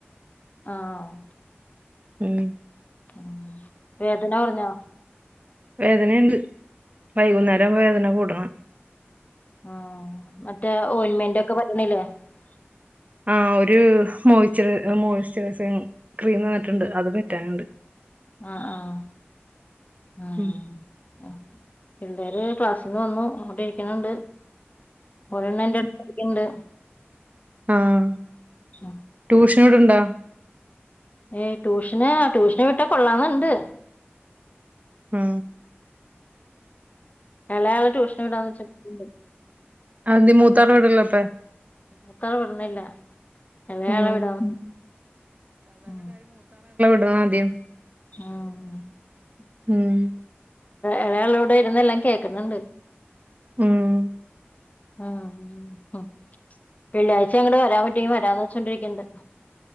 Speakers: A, on the left; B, on the right.
A: ആഹ
B: ഉം
A: ഉ വേദന പറഞ്ഞോ
B: വേദനയുണ്ട് വൈകുന്നേരം വേദന കൂടണം
A: ആ മറ്റേ ഓയിന്മെന്റ് ഒക്കെ <unintelligible>
B: ആ ഒരു മോയിസ്റ്റർ മോയിസ്റ്ററൈസിംഗ് ക്രീം തന്നിട്ടുണ്ട് അത് പറ്റാനുണ്ട്
A: ആഹ ആഹ ആഹ
B: ഉം
A: ആ പിള്ളേര് ക്ലാസ്സിൽന്ന് വന്നു അവിടെ ഇരിക്കണണ്ട് ഒരണ്ണം എന്റെ അടുത്ത് പഠിക്കണുണ്ട്
B: ആഹ
A: ഉം
B: ട്യൂഷൻ കയ്യ് അവിടെ ഉണ്ടാ
A: ഏ ട്യൂഷന് ട്യൂഷന് വിട്ട കൊള്ളാന്ന് ഇണ്ട്
B: മ്
A: മളയാള ട്യഷൻ വിടാന്ന് വെചണ്ട്
B: അതി മൂത്താള് എവിടെ ഉള്ളത്
A: ഇത്ത വിടുന്നില്ല ഇളയാളെ
B: ഉം.
A: വിടന്ന ഉ
B: മതിയോ
A: ആഹ
B: ഉം
A: ഇളയാളിവിടെ ഇരുന്നെല്ലാം കേക്കുന്നുണ്ട്
B: ഉം
A: ഉ വെള്ളിയാഴ്ച്ച അങ്ങട്ട് വരാൻ പറ്റിയങ്കിൽ വരാന്ന് വെച്ചോണ്ടിരിക്കണ്ട്